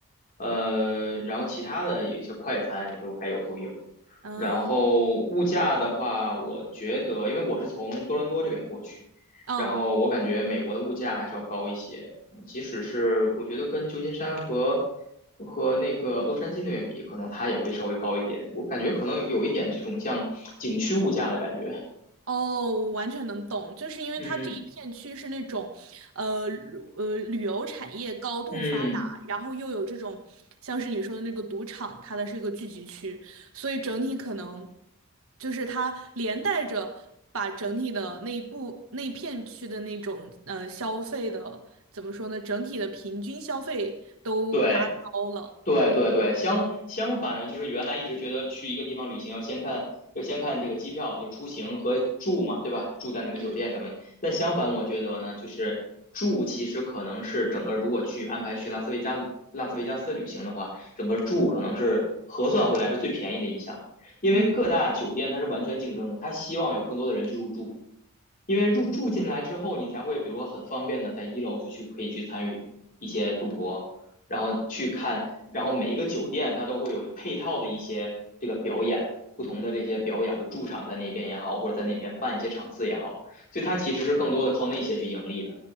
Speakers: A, on the left; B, on the right.
A: 呃，然后其他的有一些快餐也都该有都有。
B: 嗯
A: 然后物价的话，我觉得因为我是从多伦多这边过去。
B: 嗯。
A: 然后我感觉美国的物价还是要高一些，即使是我觉得跟旧金山和和那个洛杉矶那边比，可能它也会稍微高一点。我感觉可能有一点这种像景区物价的感觉。
B: 哦，完全能懂，就是因为它这一片区是那种，
A: 嗯
B: 呃旅呃旅游产业高度发达，
A: 嗯，
B: 然后又有这种像是你说的那个赌场，它的是一个聚集区，所以整体可能就是它连带着把整体的那一部那一片区的那种呃消费的怎么说呢，整体的平均消费都拉高了。
A: 对。对对对，相相反呢，就是原来一直觉得去一个地方旅行要先看要先看这个机票，就出行和住嘛，对吧？住在哪个酒店什么的。
B: 嗯
A: 但相反，我觉得呢，就是住其实可能是整个如果去安排去拉斯维加拉斯维加斯旅行的话，整个住可能是核算回来是最便宜的一项，因为各大酒店它是完全竞争的，
B: 嗯。
A: 它希望有更多的人去入住。因为入住进来之后，你才会比如说很方便的在一楼就去可以去参与一些赌博，然后去看，然后每一个酒店它都会有配套的一些这个表演，不同的这些表演会驻场在那边也好，或者在那边办一些场次也好，所以它其实是更多的靠那些去盈利的，